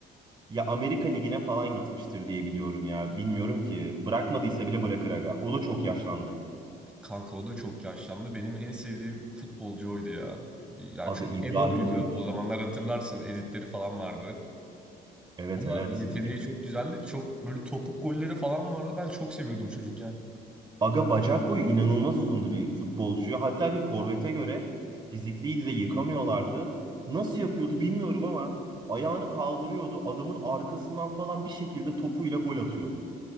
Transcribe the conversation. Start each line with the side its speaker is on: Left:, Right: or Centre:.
Right: ya Amerika Ligi'ne falan gitmiştir diye biliyorum ya. Bilmiyorum ki. Bırakmadıysa bile bırakır aga. O da çok yaşlandı.
Centre: Kanka o da çok yaşlandı. Benim en sevdiğim futbolcu oydu ya. Ya
Right: Aga
Centre: çok
Right: İbrahimovic.
Centre: egoluydu. O zamanlar hatırlarsın editleri falan vardı.
Right: Evet
Centre: Ama
Right: evet.
Centre: yeteneği çok güzeldi. Çok böyle topuk golleri falan vardı. Ben çok seviyordum çocukken.
Right: Aga bacak boyu inanılmaz uzundu bir futbolcuya. Hatta bir forvete göre fizikliydi de yıkamıyorlardı. Nasıl yapıyordu bilmiyorum ama ayağını kaldırıyordu. Adamın arkasından falan bir şekilde topuyla gol atıyordu.